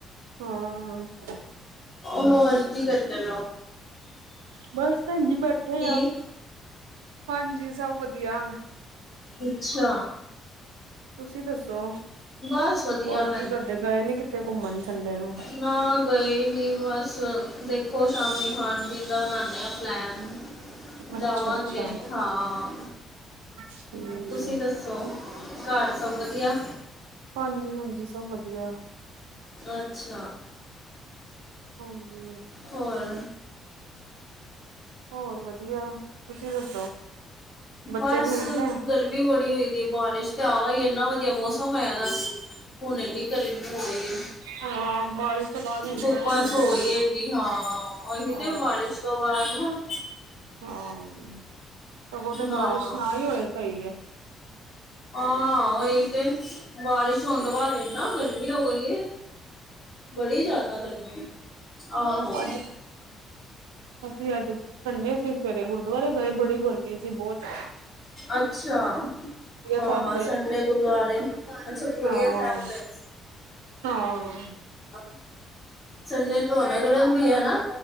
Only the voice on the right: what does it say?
ਹਾਂ
ਬਸ ਭੈਣ ਜੀ ਬੈਠੇ
ਆਂ ਹਾਂਜੀ ਸਭ ਵਧੀਆ।
ਤੁਸੀ ਦੱਸੋ।
ਹੋਰ
ਕੀ ਕਰਦੇ ਗਏ ਨੀ ਕਿਤੇ ਘੁੰਮਣ ਸੰਡੇ ਨੂੰ
ਅੱਛਾ
ਅੱਛਾ
ਹਮ
ਹਾਂਜੀ-ਹਾਂਜੀ ਸਭ ਵਧੀਆ।
ਹਾਂਜੀ
ਹੋਰ ਵਧੀਆ ਤੁਸੀ ਦੱਸੋ। ਬੱਚੇ
ਠੀਕ ਨੇ?
ਹਾਂ ਬਾਰਿਸ਼ ਤੋਂ ਬਾਅਦ ਹੁਣ ਸਗੋਂ
ਗਰਮੀ
ਹੋ ਗਈ।
ਹਾਂ
ਹਾਂ ਸਗੋਂ ਤੇ
ਬਾਰਿਸ਼ ਨਾ ਹੀ ਹੋਏ ਸਹੀ ਏ।
ਅੱਜ ਅਸੀਂ ਅੱਜ ਸੰਡੇ ਸੀ ਸਵੇਰੇ ਗੁਰਦੁਆਰੇ ਗਏ ਬੜੀ ਗਰਮੀ ਸੀ ਬਹੁਤ ਜਾਦਾ
ਸਾਹਿਬ ਗਏ
ਸੀ
ਹਾਂ
ਹਾਂ।